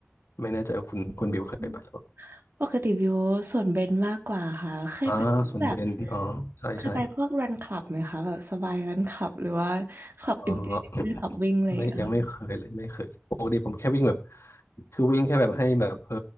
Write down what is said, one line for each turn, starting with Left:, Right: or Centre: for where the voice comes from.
Left: ไม่แน่ใจว่าคุณคุณบิวเคยไปหรือเปล่า
Right: อ๋อปกติวิวส่วนเบนมากกว่าค่ะเคยไปแบบ
Left: อ่าสวนเบญอ๋อใช่ใช่
Right: เคยไปพวกรันคลับไหมคะแบบสบายรันคลับหรือว่าคลับอื่นๆคลับวิ่งอะไรอย่างเลยอะค่ะ
Left: อ๋อ <coughs> ไม่ยังไม่เคยเลยไม่เคยปกติผมแค่วิ่งแบบคือวิ่งแค่แบบให้แบบเออ